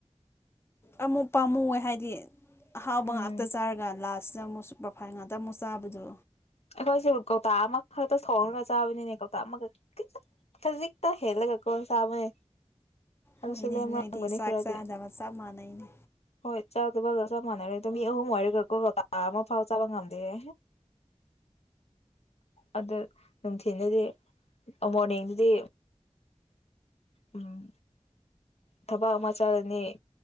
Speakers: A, on the left; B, on the left.
A: ꯑꯃꯃꯨ ꯄꯥꯝꯃꯨ ꯑꯣꯏ ꯍꯥꯏꯗꯤ ꯑꯍꯥꯎꯕ
B: ꯎꯝ
A: ꯉꯥꯛꯇ ꯆꯥꯔꯒ ꯂꯥꯁꯁꯤꯗ ꯑꯃꯨꯛ ꯄꯔꯐꯥꯏꯜ ꯉꯥꯛꯇ ꯑꯃꯨꯛ ꯆꯥꯕꯗꯣ
B: ꯑꯩꯈꯣꯏꯁꯦꯕꯨ ꯀꯧꯇꯥ ꯑꯃꯈꯛꯇ ꯁꯣꯡꯔꯒ ꯆꯥꯕꯅꯤꯅꯦ ꯀꯧꯇꯥ ꯑꯃꯈꯛ ꯈꯖꯤꯛꯇ ꯍꯦꯜꯂꯒ ꯀ ꯆꯥꯕꯅꯦ ꯑꯗꯨꯁꯨ
A: ꯍꯣꯏꯅꯦ
B: ꯂꯦꯝꯔꯝꯒꯅꯤ
A: ꯅꯣꯏꯗꯤ ꯆꯥꯛ
B: ꯈꯔꯗꯤ
A: ꯆꯥꯖꯕ ꯆꯞ ꯃꯥꯟꯅꯩꯅꯦ
B: ꯍꯣꯏ ꯆꯠ ꯑꯗꯨꯕꯒ ꯆ ꯃꯅꯔꯦꯝ ꯑꯍꯨꯝ ꯃ ꯋꯥꯔꯤꯔ ꯀꯣ ꯑꯥ ꯑꯃ ꯐꯥꯎ ꯆꯕ ꯉꯝꯗꯦꯦ ꯑꯗ ꯅꯨꯡꯊꯤꯤꯟꯗꯗꯤ ꯃꯣꯔꯅꯤꯡꯗꯗꯤ ꯎꯝ ꯊꯕꯛ ꯑꯃ ꯆꯥꯔꯅꯤ